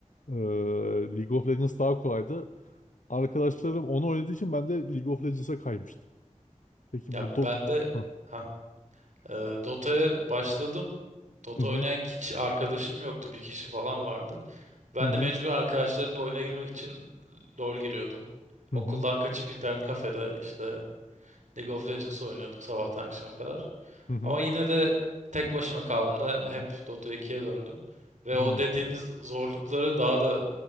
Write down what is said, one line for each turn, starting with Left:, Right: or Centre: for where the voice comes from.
Left: Ee, League of Legends daha kolaydı. Arkadaşlarım onu oynadığı için ben de League of Legends'a kaymıştım. Peki
Right: Ya
Left: bu do...
Right: ben de
Left: Hı
Right: <laughs> Ee, Dota'ya başladım. Dota
Left: hı
Right: oynayan hiç arkadaşım yoktu. Bir kişi falan vardı. Ben
Left: hı hı
Right: de mecbur arkadaşlarımla oyuna girmek için LoL giriyordum.
Left: hı
Right: Okuldan
Left: hı
Right: kaçıp internet kafede işte League of Legends oynuyorduk sabahtan akşama kadar.
Left: hı
Right: Ama yine de tek başıma kaldığımda hep Dota ikiye döndüm. Ve
Left: hı
Right: o dediğiniz zorlukları daha da